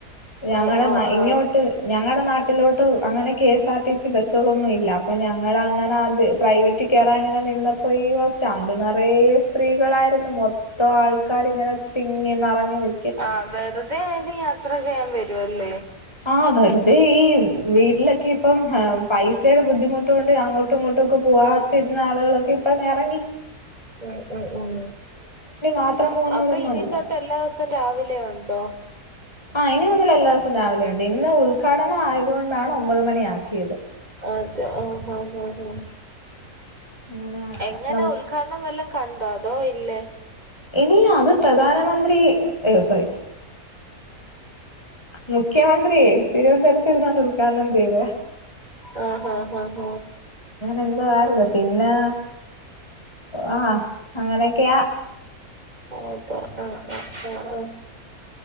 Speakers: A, on the left; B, on the right.
A: ഞങ്ങളെ
B: ആഹ് ആഹ് ആഹ്
A: ഇങ്ങോട്ട് ഞങ്ങളുടെ നാട്ടിലോട്ട് അങ്ങനെ കെ എസ്ആർ ടി സി ബസ്സുകളൊന്നും ഇല്ല അപ്പൊ ഞങ്ങള അങ്ങനെ അത് പ്രൈവറ്റ് കയറാൻ അങ്ങനെ നിന്നപ്പോ സ്റ്റാൻഡ് നിറയ സ്ത്രീകളായിരുന്നു മൊത്തം ആൾക്കാരി ഇങ്ങനെ തിങ്ങി നിറഞ്ഞ നി
B: ആഹ വേറെ ഇതയാലും യാത്ര ചെയ്യാൻ വരുഅല്ലേ
A: <unintelligible> അത ഈ വീട്ടിലൊക്കെ ഇപ്പം പൈസയുടെ ബുദ്ധിമുട്ട കൊണ്ട് അങ്ങോട്ടും ഇങ്ങോട്ടും ഒക്കെ പോവാത്തിരുന്ന ആളുകളൊക്കെ ഇപ്പൊ ഇറങ്ങി
B: ഉം ഉം ഉം
A: മാത്രം പോകുന്നവരൊന്നും
B: അപ്പൊ ഇനി
A: അല്ല
B: തൊട്ട് എല്ലാ <unintelligible> രാവിലെ ഉണ്ടോ
A: ആ ഇനി മുതൽ എല്ലാ ദിവസം രാവിലെ ഉണ്ട് ഇന്ന് ഉദ്ഘാടനം ആയതുകൊണ്ടാണ് ഒമ്പത് മണി ആക്കിയത്
B: അതെ ആഹ ആഹ് ആഹ ഹ
A: അങ്ങനെ
B: എങ്ങനെ
A: നമ്മ
B: ഉദ്ഘാടനം വല്ലാം കണ്ടോ അതോ ഇല്ലേ
A: ഇല്ല അത് പ്രധാനമന്ത്രി അയ്യോ സോറി മുഖ്യമന്ത്രിയ തിരുവനന്തപരത്ത് ഇരുപണ്ട് ഉദ്ഘാടനം ചെയ്ത്
B: ഹ ആഹ ആഓ
A: എന്ത്‌ <unintelligible> പിന്നെ ആഹ അങ്ങനെയൊക്കെയാ
B: ആഹ ആ ആ ആ